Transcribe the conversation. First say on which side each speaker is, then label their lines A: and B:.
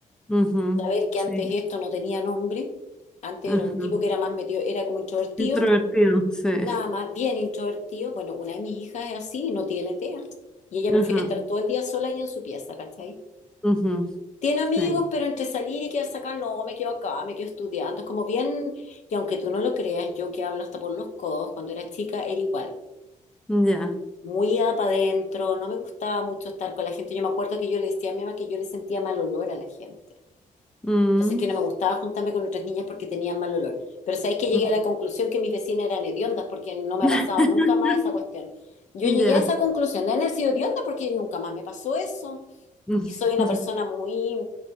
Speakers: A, in the centre; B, on the left.
A: ujú,
B: saber que
A: sí,
B: antes esto no tenía nombre, antes
A: ajá.
B: era un tipo que era más metido, era como introvertido,
A: Introvertido, sí,
B: nada más, bien introvertido. Bueno, una de mis hijas es así no tiene TEA y ella prefiere
A: ajá,
B: estar todo el día sola y en su pieza, ¿cachai?
A: ujú,
B: Tiene amigos,
A: sí.
B: pero entre salir y quedarse acá, no, me quedo acá, me quedo estudiando. Es como bien, y aunque tú no lo creas, yo que hablo hasta por los codos, cuando era chica era igual.
A: Ya.
B: Muy para adentro, no me gustaba mucho estar con la gente. Yo me acuerdo que yo le decía a mi mamá que yo le sentía mal olor a la gente.
A: mm,
B: Entonces que no me gustaba juntarme con otras niñas porque tenían mal olor. Pero sabéis que llegué
A: mm,
B: a la conclusión que mis vecinas eran hediondas porque no me
A: <laughs>
B: ha pasado nunca más esa cuestión. Yo
A: Ya.
B: llegué a esa conclusión, de haber sido hedionda porque nunca más me pasó eso.
A: <laughs>
B: Y soy una
A: ujú,
B: persona muy,